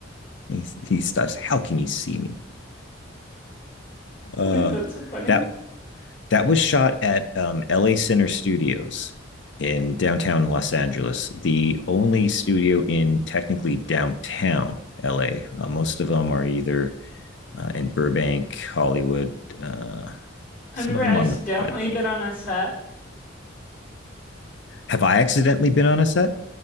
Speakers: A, on the left; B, on the left.
A: He, he starts, how can you see me? Uh,
B: <laughs> That's so funny.
A: that that was shot at um, LA Center Studios in downtown Los Angeles, the only studio in technically downtown LA. Uh, most of them are either uh, in Burbank, Hollywood, uh, some
B: Have you ever
A: of them
B: accidentally
A: on the by the beach.
B: been on a set?
A: Have I accidentally been on a set?